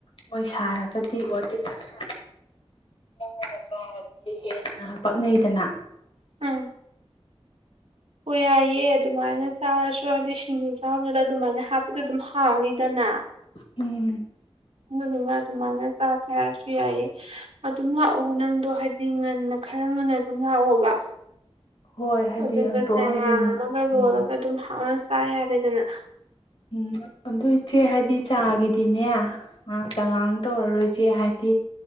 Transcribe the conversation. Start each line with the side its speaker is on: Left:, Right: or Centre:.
Left: ꯃꯣꯏ ꯁꯥꯔꯒꯗꯤ ꯋꯥꯇꯤꯟ ꯑ ꯁꯥ ꯅꯧꯅꯒ ꯆꯥꯔꯗꯤ ꯍꯦꯟꯅ ꯄꯛꯅꯩꯗꯅ
Right: ꯎꯝ ꯍ ꯌꯥꯏꯌꯦ ꯑꯗꯨꯃꯥꯏꯅ ꯆꯥꯔꯁꯨ ꯍꯥꯏꯗꯤ ꯁꯤꯡꯖꯨ ꯆꯥꯕꯁꯤꯗ ꯑꯗꯨꯃꯥꯏꯅ ꯍꯥꯞꯄꯗ ꯑꯗꯨꯝ ꯍꯥꯎꯅꯤꯗꯅ
Left: ꯎꯝ
Right: ꯑꯗꯨꯗꯨꯅ ꯑꯗꯨꯃꯥꯏꯅ ꯆꯥꯁꯦ ꯍꯥꯏꯔꯁꯨ ꯌꯥꯏꯌꯦ ꯑꯗꯨꯝ ꯂꯥꯛꯑꯣ ꯅꯪꯗꯣ ꯍꯥꯏꯗꯤ ꯉꯟꯅ ꯈꯔ ꯉꯟꯅ ꯑꯗꯨꯝ ꯂꯥꯛꯑꯣꯕ
Left: ꯍꯣꯏ ꯍꯥꯏꯗꯤ
Right: ꯑꯗꯨꯒꯁꯦ
Left: ꯍꯪꯇꯣꯛ ꯍꯪꯖꯤꯟ
Right: ꯌꯥꯔꯒ ꯂꯣꯏꯔꯒ
Left: ꯎꯝ
Right: ꯑꯗꯨꯝ ꯍꯔꯁꯤ ꯀꯥ ꯌꯥꯕꯗꯅ
Left: ꯎꯝ ꯑꯗꯨ ꯏꯆꯦ ꯍꯥꯏꯗꯤ ꯆꯥꯒꯤꯗꯤꯅꯦ ꯆꯉꯥꯡ ꯇꯧꯔꯔꯣꯏꯁꯦ ꯍꯥꯏꯗꯤ